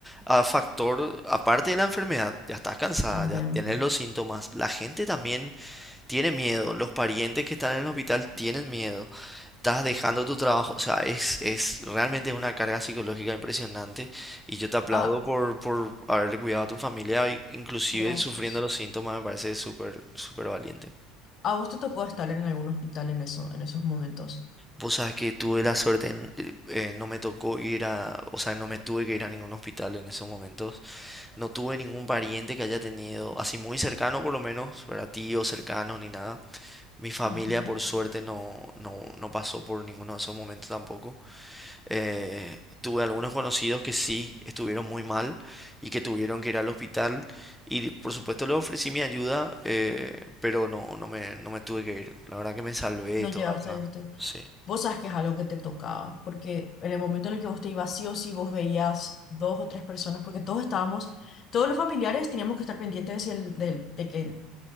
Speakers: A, in the centre; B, on the left.
A: ah, factor, aparte de la enfermedad, ya estás cansada,
B: también.
A: ya tienes los síntomas, la gente también tiene miedo, los parientes que están en el hospital tienen miedo, estás dejando tu trabajo, o sea, es, es realmente una carga psicológica impresionante y yo te aplaudo
B: Ah,
A: por, por haberle cuidado a tu familia, y inclusive
B: gracias.
A: sufriendo los síntomas, me parece súper, súper valiente.
B: ¿A vos te tocó estar en algún hospital en eso, en esos momentos?
A: Vos sabés que tuve la suerte, en- eh, eh, no me tocó ir a, o sea, no me tuve que ir a ningún hospital en esos momentos. No tuve ningún pariente que haya tenido, así muy cercano por lo menos, para tíos cercanos ni nada. Mi familia
B: Ujú.
A: por suerte no, no, no pasó por ninguno de esos momentos tampoco. Eh, tuve algunos conocidos que sí estuvieron muy mal y que tuvieron que ir al hospital y por supuesto les ofrecí mi ayuda, eh, pero no, no me, no me tuve que ir. La verdad que me salvé
B: No
A: de toda
B: llegaste
A: esa...
B: a irte.
A: Sí,
B: Vos sabes que es algo que te tocaba, porque en el momento en el que vos te ibas sí o sí, vos veías dos o tres personas, porque todos estábamos, todos los familiares teníamos que estar pendientes de, si el- del- de que